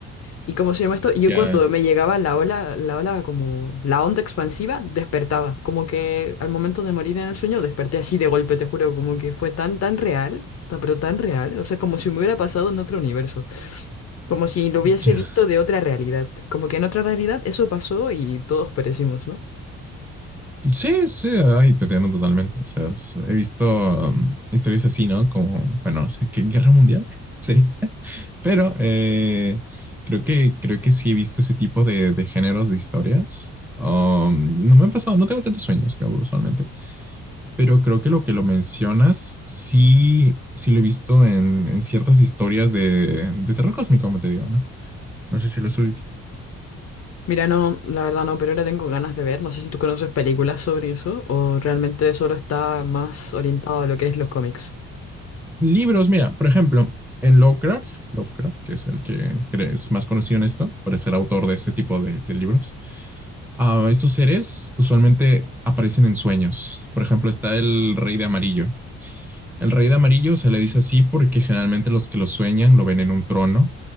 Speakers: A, on the left (about 55°); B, in the centre.
A: ¿Y cómo se llama esto? Y Yo
B: Ya.
A: cuando me llegaba la ola, la ola como la onda expansiva, despertaba. Como que al momento de morir en el sueño desperté así de golpe, te juro, como que fue tan, tan real, ta- pero tan real. O sea, como si me hubiera pasado en otro universo. Como si lo
B: Ya.
A: hubiese visto de otra realidad. Como que en otra realidad eso pasó y todos perecimos, ¿no?
B: Sí, sí, ahí te entiendo totalmente. O sea, es- he visto um, historias así, ¿no? Como, bueno, no sé, ¿qué guerra mundial? <laughs> Sí. Pero eh, creo que, creo que sí he visto ese tipo de, de géneros de historias. Um, no me han pasado, no tengo tantos sueños yo usualmente, pero creo que lo que lo mencionas sí, sí lo he visto en, en ciertas historias de, de terror cósmico, como te digo, ¿no? No sé si lo ubicas.
A: Mira, no, la verdad no, pero ahora tengo ganas de ver. No sé si tú conoces películas sobre eso o realmente solo está más orientado a lo que es los cómics.
B: Libros, mira, por ejemplo, en Lovecraft, Lovecraft, que es el que es más conocido en esto, por ser autor de este tipo de, de libros, uh, estos seres usualmente aparecen en sueños. Por ejemplo, está el rey de amarillo. El rey de amarillo se le dice así porque generalmente los que lo sueñan lo ven en un trono,